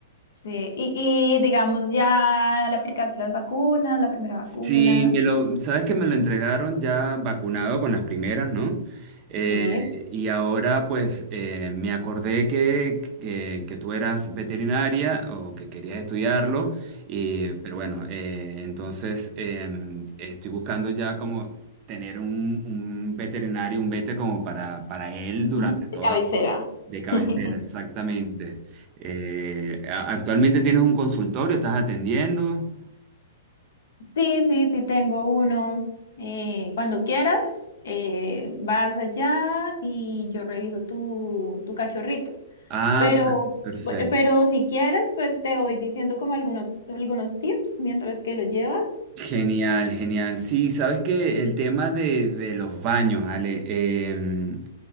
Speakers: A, on the left (about 70°); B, on the right (about 40°).
A: sí. Y, y digamos, ya le aplicaste las vacunas, la primera vacuna.
B: Sí, me lo, sabes que me lo entregaron ya vacunado con las primeras, ¿no? Eh,
A: Sí.
B: y ahora pues eh, me acordé que, que, que tú eras veterinaria o que querías estudiarlo, y, pero bueno, eh, entonces em, estoy buscando ya como tener un, un veterinario, un vete como para, para él
A: Ujú.
B: durante toda
A: de cabecera.
B: su de cabecera,
A: <laughs>
B: exactamente. Eh, a- actualmente tienes un consultorio, estás atendiendo.
A: Sí, sí, sí, tengo uno. Eh, cuando quieras, eh, vas allá y yo reviso tu, tu cachorrito.
B: Ah,
A: Pero,
B: per- perfecto.
A: bu- pero si quieres, pues te voy diciendo como algunos, algunos tips mientras que lo llevas.
B: Genial, genial. Sí, sabes que el tema de, de los baños, Ale, em,